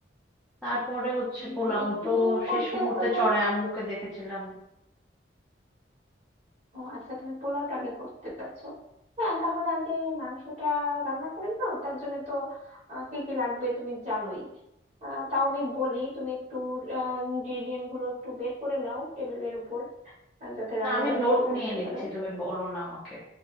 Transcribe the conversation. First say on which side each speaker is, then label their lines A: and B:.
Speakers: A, in the centre; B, on the right (about 35°).
A: তারপরে হচ্ছে
B: উম,
A: পোলাও
B: বিরিয়ানি
A: তো
B: করতে
A: শেষ মুহূর্তে
B: হলে
A: চড়াই আম্মুকে দেখেছিলাম
B: ও আচ্ছা তুমি পোলাওটা আগে করতে চাচ্ছো হ্যাঁ তাহলে আগে মাংসটা রান্না করে নাও তার জন্য তো আহ, কি কি লাগবে তুমি জানোই আহ, তাও আমি বলি তুমি একটু ইনগ্রিডিয়েন্ট গুলো একটু বের করে নাও টেবিলের উপর আহ, যাতে রান্নাটা
A: না আমি
B: দ্রুত
A: নোট
B: করতে
A: নিয়ে নিচ্ছি
B: পারো
A: তুমি বলো না আমাকে